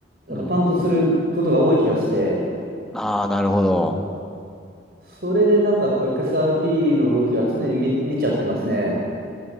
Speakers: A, on the right; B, in the centre.
A: なんかパンプすることが多い気がして、
B: うん。ああ、なるほど。
A: それでなんかこう XRP の動きは常に見、見ちゃってますね。